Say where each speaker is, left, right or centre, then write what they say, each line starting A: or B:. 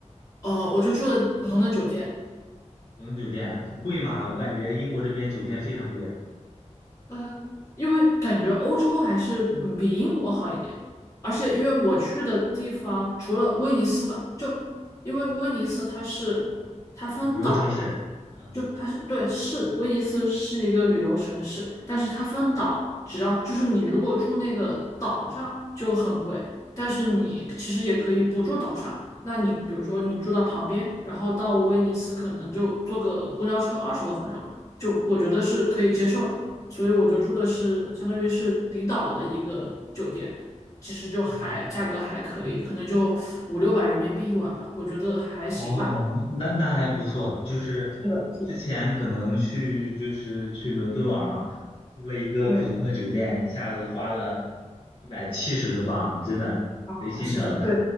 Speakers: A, on the left; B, on the left.
A: 哦、我就住的普通的酒店，
B: 普通酒店贵吗？我感觉英国这边酒店非常贵啊。
A: 呃，因为感觉欧洲还是嗯比英国好一点，而且因为我去的地方除了威尼斯吧，就因为威尼斯它是它分岛嘛。
B: 嗯，旅游城市，嗯
A: 就它是对，是威尼斯是一个旅游城市，但是它分岛，只要就是你如果住那个岛上就很贵，但是你其实也可以不住岛上，那你比如说你住到旁边，然后到威尼斯可能就坐个公交车二十多分钟，就我觉得是可以接受的，所以我就住的是相当于是离岛的一个酒店，其实就还价格还可以，
B: 嗯，
A: 可能就五六百人民币一晚吧，我觉得还行吧。
B: 哦，那那还不错。就是我之前可能去就是去伦敦玩嘛，
A: 是的，是的，
B: 住了一个普通的酒店，
A: 对。
B: 一下子花了一百七十多镑，真的贼心疼。
A: 啊，是的，对，
B: <laughs>